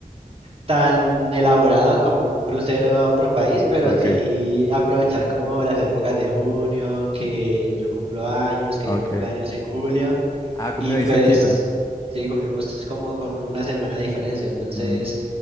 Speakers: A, on the right; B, on the left.
A: tan elaborado como un crucero a otro país, pero
B: Ok,
A: sí aprovechar como las épocas de junio, que yo cumplo años, que
B: ok.
A: ella cumple años en julio,
B: Ah, cumplen
A: y pues
B: ahí cerquita.
A: sí, cumplimos como con una semana de diferencia, entonces
B: Mm,